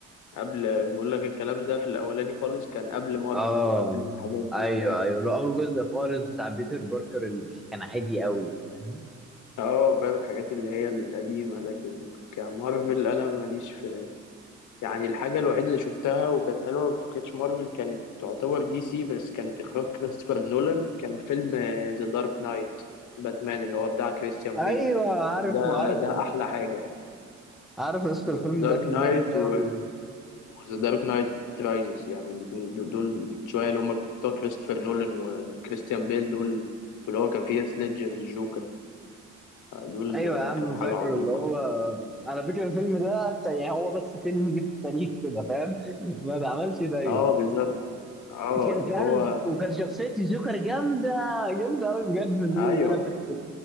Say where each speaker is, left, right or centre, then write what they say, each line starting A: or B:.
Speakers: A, on the left; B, in the centre.
A: قبل بقول لك الكلام ده في الاولاني خالص كان قبل مارفل
B: اه
A: وقبل الحاجات دي
B: ايوه
A: فاهم
B: ايوه لو اول جزء خالص بتاع بيتر باركر اللي كان عادي قوي فاهم
A: اه فاهم الحاجات اللي هي القديمة لكن كمارفل انا ماليش في يعني الحاجة الوحيدة اللي شفتها وكانت حلوة وكانتش مارفل كانت تعتبر دي سي بس كانت اخراج كريستوفر نولان كان فيلم ذا دارك نايت باتمان اللي هو بتاع كريستيان
B: ايوه
A: بيل
B: عارفه
A: ده
B: عارفه
A: ده احلى حاجة
B: عارف يا اسطى الفيلم
A: ذا دارك
B: ده كان
A: نايت
B: جامد اوي
A: و ذا دارك نايت رايزز يعني الاتنين دو- دول شوية اللي هم بتوع كريستوفر نولان وكريستيان بيل دول واللي هو كان فيه سليدجر الجوكر دول
B: ايوه يا عم
A: كانوا حاجة
B: فاكره
A: عظيمة
B: اللي هو
A: يعني
B: على فكره الفيلم ده يعني هو بس فيلم جه في التاريخ كده فاهم <laughs> ما بعملش زيه
A: اه بالظبط اه
B: كان
A: اللي
B: فعلا
A: هو
B: وكان شخصية الجوكر جامدة جامدة أوي بجد من الفيلم
A: ايوه
B: اللي أنا فاكر